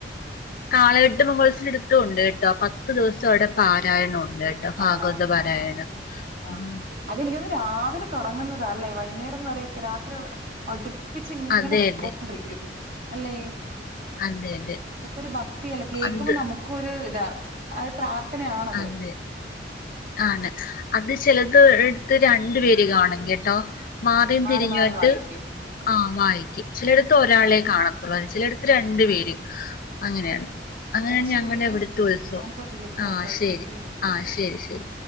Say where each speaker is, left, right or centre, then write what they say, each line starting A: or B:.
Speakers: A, on the left (about 50°); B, on the right (about 55°).
A: കാളകെട്ട് മഹോത്സ ടുത്തും ഉണ്ട് കേട്ടോ പത്ത് ദിവസം അവിടെ പാരായണോം ഉണ്ട് കേട്ടോ ഭാഗവത
B: ആണോ
A: പാരായണം
B: ആ ആ ആഹ്
A: ഉം
B: അതെനിക്കൊന്ന് രാവിലെ തുടങ്ങുന്നതാ അല്ലേ വൈകുന്നേരം വരെക്കെ രാത്രി അടുപ്പിച്ച് ഇങ്ങനെ
A: അതെ
B: പോന്നോണ്ടിരിക്കും
A: അതെ
B: അല്ലേ
A: അതെ അതെ
B: അതൊക്കെ ഒരു ഭക്തിയല്ല കേൾക്കുമ്പോ
A: അത്
B: നമുക്കും ഒരിതാ അ പ്രാർത്ഥന ത്തനയാണത്.
A: അതെ ആണ് അത് ചെലത് എടുത്ത് രണ്ടു പേര് കാണും കേട്ടോ മാറീം
B: ഓ അങ്ങനെ മാറി
A: തിരിഞ്ഞുവാട്ട്
B: മാറി വായിക്കും
A: ആഹ് വായിക്കും ചിലയിടത്ത്
B: ആ
A: ഒരാളെ കാണത്തുള്ളൂ അ ചിലയിടത്ത് രണ്ടു പേര് അങ്ങനെയാണ്
B: ആ ആ
A: അങ്ങനെയാണ്
B: എടാ ശരിയേ
A: ഞങ്ങളുടെ അവിടുത്തെ ഉത്സവം
B: ഞാനിപ്പോ വിളിക്കാട്ടോ
A: ആ ശരി
B: ഞാൻ കേട്ട് കേട്ട്
A: ആ
B: ഓക്കെ
A: ശരി
B: ഓക്കെ
A: ശരി